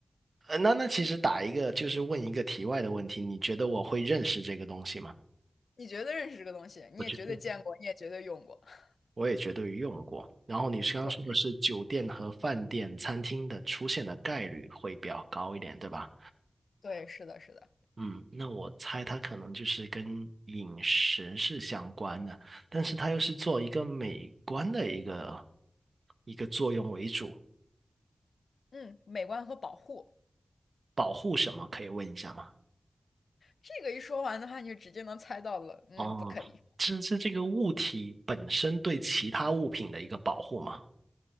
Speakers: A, on the right (about 50°); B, on the left (about 90°).
A: 呃，那那其实打一个就是问一个题外的问题，你觉得我会认识这个东西吗？
B: <laughs> 你绝对认识这个东西，你也绝对见过，
A: 我觉得。
B: 你也绝对用过。<laughs>
A: 我也绝对用过。然后你刚刚说的是酒店和饭店、
B: 对，
A: 餐厅的出现的概率会比较高一点，对吧？
B: 对，是的，是的。
A: 嗯，那我猜它可能就是跟饮食是相关的，但是它又是做一个美观的一个一个作用为主，
B: 嗯，美观和保护，
A: 保护什么？可以问一下吗？
B: 这个一说完的话，你就直接能猜到了。嗯，
A: 哦，
B: 不可以。
A: 这是这个物体本身对其他物品的一个保护吗？